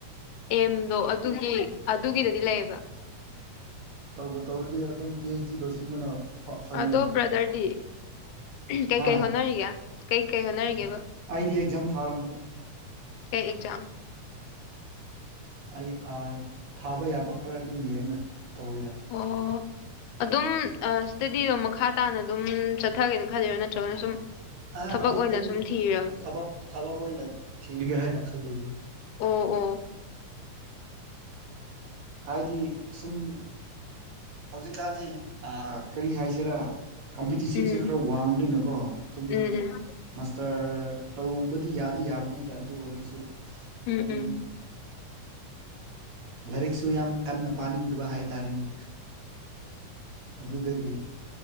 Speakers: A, on the left; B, on the right.
A: ꯑꯦꯝꯗꯣ ꯑꯗꯨꯒꯤ ꯑꯗꯨꯒꯤꯗꯗꯤ ꯂꯩꯌꯦꯕ
B: ꯇꯧꯕ ꯇꯧꯔꯗꯤ ꯑꯗꯨꯝ ꯄꯤ ꯑꯩꯆ ꯗꯤ ꯂꯣꯏꯁꯤꯟꯕꯅ ꯐꯩꯅꯦ
A: ꯑꯗꯣ ꯕ꯭ꯔꯥꯗꯔꯗꯤ ꯀꯩ
B: ꯍꯥ
A: ꯀꯩ ꯍꯣꯅꯔꯔꯤꯒ‌ꯦ ꯀꯩ ꯀꯩ ꯍꯣꯠꯅꯔꯤꯒꯦꯕ
B: ꯑꯩꯗꯤ ꯑꯦꯛꯖꯥꯝ ꯊꯥꯔꯝꯕꯅꯤ
A: ꯀ ꯑꯦꯛꯖꯥꯝ
B: ꯑꯩ ꯊꯥꯕ ꯌꯥꯕ ꯈꯔ ꯑꯗꯨꯝ ꯌꯦꯡꯅ ꯇꯧꯋꯤꯗ
A: ꯑꯣ ꯑꯗꯨꯝ ꯏꯁꯇꯗꯤꯗꯣ ꯃꯈꯥ ꯇꯥꯅ ꯑꯗꯨꯝ ꯆꯠꯊꯒꯦꯅ ꯈꯜꯂꯤꯔꯣ ꯅꯠꯇ꯭ꯔꯒꯅ ꯁꯨꯝ
B: ꯑ
A: ꯊꯕꯛ
B: ꯑꯗꯨ
A: ꯑꯣꯏꯅ
B: ꯑꯩ
A: ꯁꯨꯝ ꯊꯤꯔꯕ
B: ꯊꯕꯛ ꯊꯕꯛ ꯑꯣꯏꯅ ꯊꯤꯔꯒꯦ ꯍꯥꯏꯅ ꯈꯜꯂꯤ
A: ꯑꯣ ꯑꯣ
B: ꯍꯥꯏꯗꯤ ꯁꯁꯨꯝ ꯍꯧꯖꯤꯛꯀꯥꯟꯁꯤ ꯀꯔꯤ ꯍꯥꯏꯁꯤꯔꯥ ꯀꯝꯄꯤꯇꯤꯁꯤꯤꯞꯁꯦ
A: ꯎꯝ
B: ꯈꯔ ꯋꯥꯡꯕꯅꯤꯅꯀꯣ ꯑꯗꯨꯝ
A: ꯎꯝ ꯎꯝ
B: ꯃꯥꯁꯇꯔ ꯇꯧꯕꯗꯤ ꯌꯥꯗꯤ ꯌꯥꯕꯅꯤꯗ ꯑꯗꯨ ꯑꯣꯏꯔꯁꯨ
A: ꯎꯝ
B: ꯑꯩ
A: ꯎꯝ
B: ꯂꯥꯏꯔꯤꯛꯁꯨ ꯌꯥꯝ ꯀꯟꯅ ꯄꯥꯅꯤꯡꯗꯕ ꯍꯥꯏ ꯇꯥꯔꯦꯅꯦ ꯑꯗꯨꯗꯒꯤ